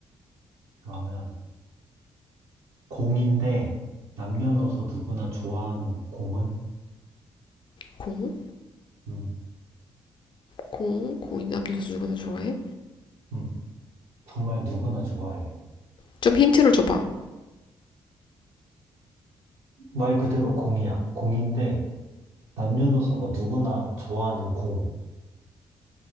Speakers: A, on the right; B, on the left.
A: 그러면, 공인데, 남녀노소 누구나 좋아하는 공은?
B: 공?
A: 음,
B: 공? 공인 남녀 선수 누가 더 좋아해?
A: 음, 정말 누구나 좋아해.
B: 좀 힌트를 줘봐.
A: 말 그대로 공이야. 공인데, 남녀노소가 누구나 좋아하는 공.